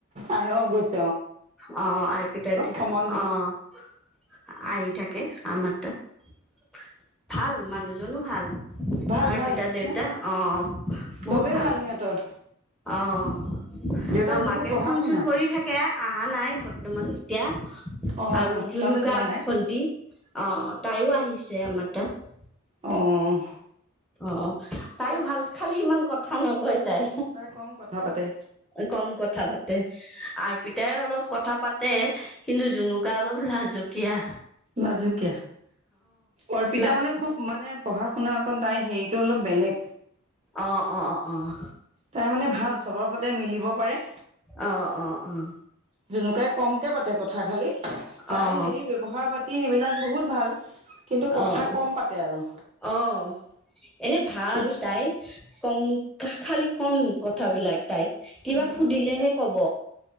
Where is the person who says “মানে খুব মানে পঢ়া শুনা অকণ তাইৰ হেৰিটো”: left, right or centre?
Right